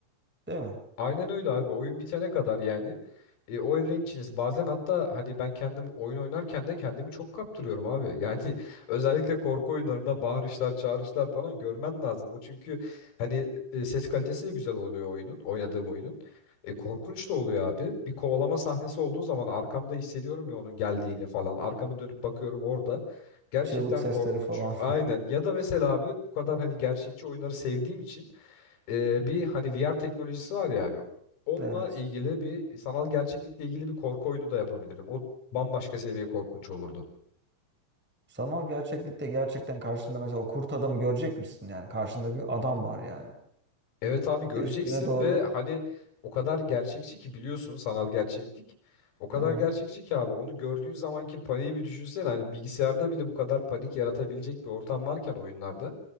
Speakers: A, in the centre; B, on the left.
A: Değil mi?
B: Aynen öyle abi. Oyun bitene kadar yani e, o evrenin içindesin. Bazen hatta hani ben kendim oyun oynarken de kendimi çok kaptırıyorum abi. Yani <laughs> özellikle korku oyunlarında bağırışlar, çağrışlar falan görmen lazım. O çünkü hani e, ses kalitesi de güzel oluyor oyunun, oynadığım oyunun. E, korkunç da oluyor abi. Bir kovalama sahnesi olduğu zaman arkamda hissediyorum ya onun geldiğini falan. Arkamı dönüp bakıyorum orada. Gerçekten
A: Çığlık sesleri
B: korkunç.
A: falan.
B: Aynen.
A: <laughs>
B: Ya da mesela abi bu kadar hani gerçekçi oyunları sevdiğim için e, bir hani VR teknolojisi var ya abi. Onunla
A: Evet.
B: ilgili bir sanal gerçeklikle ilgili bir korku oyunu da yapabilirim. O bambaşka seviye korkunç olurdu.
A: Sanal gerçeklikte gerçekten karşında mesela o kurt adamı görecek misin yani? Karşında bir adam var yani.
B: Evet abi göreceksin
A: Üstüne doğru.
B: ve hani o kadar gerçekçi ki biliyorsun sanal gerçeklik. O kadar
A: Aha.
B: gerçekçi ki abi onu gördüğün zamanki paniği bir düşünsene. Hani bilgisayarda bile bu kadar panik yaratabilecek bir ortam varken oyunlarda.